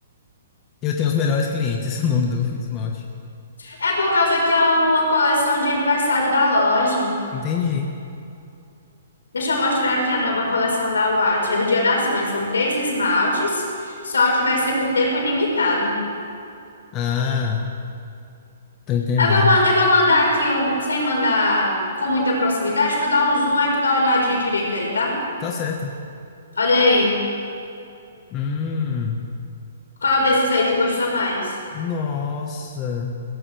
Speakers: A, on the left; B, on the left.
A: Eu tenho os melhores clientes, <laughs> o nome do esmalte.
B: É por causa que é uma coleção de aniversário da loja.
A: Entendi.
B: Deixa eu mostrar aqui a nova coleção da Watch. É do Dia das Mães. São três esmaltes, só que vai ser por tempo ilimitado.
A: Ah, tô entendendo.
B: Eu vou, ma- eu vou mandar aqui, um, sem mandar com muita proximidade, tu dá um zoom aí, tu dá uma olhadinha direita aí, tá?
A: Tá certo.
B: Olha aí.
A: Hum.
B: Qual desses aí tu gostou mais?
A: Nossa.